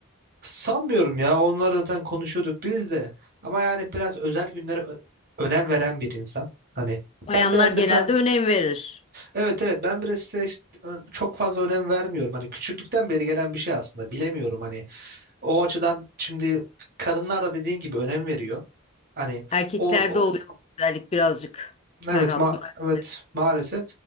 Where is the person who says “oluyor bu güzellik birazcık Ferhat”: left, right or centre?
Left